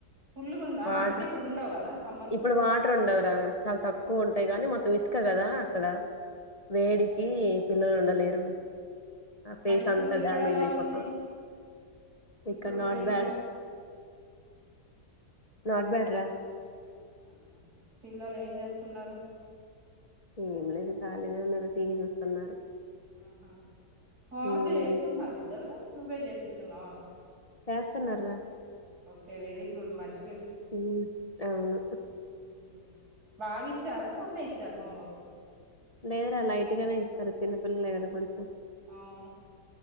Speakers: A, on the right; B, on the left.
A: పుల్లు కుండా
B: వాటర్
A: అంటే ఇప్పుడు ఉండవు కదా సమ్మర్ లో
B: ఇప్పుడు వాటర్ ఉండవరా చాలా తక్కువ ఉంటాయి కానీ మొత్తం ఇసుక కదా అక్కడ వేడికి పిల్లలు ఉండలేరు ఆ ఫేస్
A: మరి ఇప్పుడు
B: అంతా
A: ఇక్కడ
B: డ్యామేజ్
A: ఎలా
B: అయిపోతా
A: ఉంది
B: ఉంటంది ఇక
A: ఇప్పుడున్న
B: నాట్
A: ఇంట్లో
B: బ్యాడ్ నాట్ బ్యాడ రా
A: ఆ పిల్లలు ఏం చేస్తున్నారు
B: ఏం లేదు కాలీదల టీవీ చూస్తున్నారు
A: ఆహా ఫోన్కులు
B: ఉమ్
A: చేసుకుంటున్నారు ఇద్దరు నువ్వే చె చపిస్తున్నా
B: చేస్తానార
A: ఓకే వెరీ గుడ్ మచ్
B: ఉ అవును
A: ఉమ్, బాగా ఇచ్చార కొన్నైతు చర హ బక్స్
B: లేదురా లైట్ గానే ఇస్తారు చిన్నపిల్లలే కదా కొంచెం
A: అవును